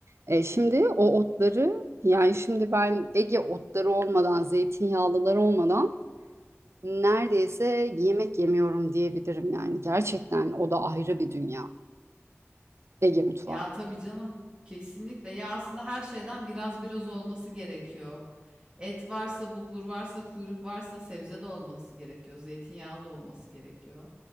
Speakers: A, on the right; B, on the right.
A: E, şimdi o otları yani şimdi ben Ege otları olmadan, zeytinyağlıları olmadan neredeyse yemek yemiyorum diyebilirim yani. Gerçekten o da ayrı bir dünya Ege mutfağı.
B: Ya tabii canım. Kesinlikle. Ya aslında her şeyden biraz biraz olması gerekiyor. Et varsa, bulgur varsa, kuyruk varsa sebze de olması gerekiyor. Zeytinyağlı da olması gerekiyor.